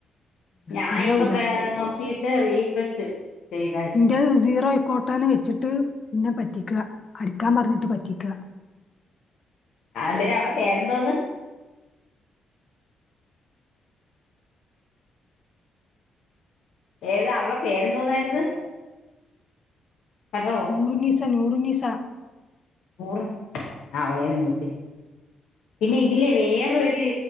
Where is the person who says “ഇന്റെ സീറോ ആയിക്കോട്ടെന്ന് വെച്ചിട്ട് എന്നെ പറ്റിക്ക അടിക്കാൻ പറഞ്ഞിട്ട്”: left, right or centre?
Left